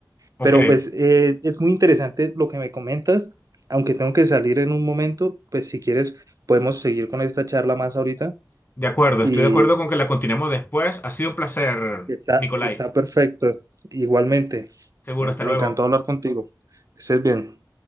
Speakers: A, on the left; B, on the right.
A: ok,
B: Pero pues eh, es muy interesante lo que me comentas, aunque tengo que salir en un momento, pues si quieres podemos seguir con esta charla más ahorita
A: de acuerdo,
B: y
A: estoy de acuerdo con que la continuemos después. Ha sido un placer,
B: está,
A: Nicolai.
B: está perfecto. Igualmente,
A: Seguro,
B: me,
A: hasta
B: me
A: luego.
B: encantó hablar contigo. Que estés bien.